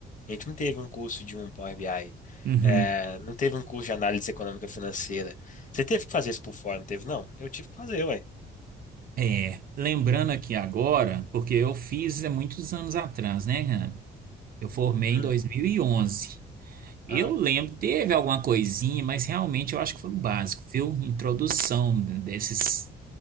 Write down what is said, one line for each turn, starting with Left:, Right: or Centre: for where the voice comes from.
Left: a gente não teve um curso de um Power BI,
Right: uhum.
Left: é, não teve um curso de análise econômica financeira. Você teve que fazer isso por fora, não teve, não? Eu tive que fazer, ué.
Right: É, lembrando aqui agora, porque eu fiz há muitos anos atrás, né, Hannah? Eu formei
Left: Hum.
Right: em dois mil e onze Eu
Left: Ah,
Right: lembro, teve alguma coisinha, mas realmente eu acho que foi o básico, viu? Introdução desses,